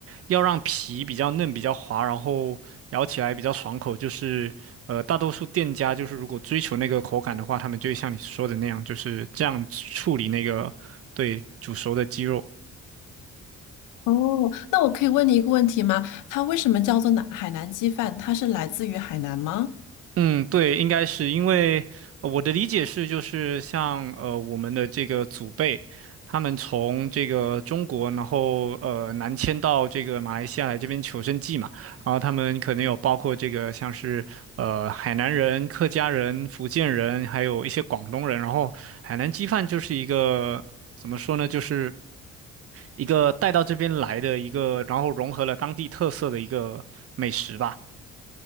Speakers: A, on the right; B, on the left.
A: 要让皮比较嫩、比较滑，然后咬起来比较爽口，就是呃，大多数店家就是如果追求那个口感的话，他们就会像你说的那样，就是这样处理那个对煮熟的鸡肉。
B: 哦，那我可以问你一个问题吗？它为什么叫做南海南鸡饭？它是来自于海南吗？
A: 嗯，对，应该是因为呃我的理解是，就是像呃我们的这个祖辈，他们从这个中国，然后呃南迁到这个马来西亚来这边求生计嘛，然后他们可能有包括这个像是呃海南人、客家人、福建人，还有一些广东人，然后海南鸡饭就是一个怎么说呢，就是一个带到这边来的一个，然后融合了当地特色的一个美食吧。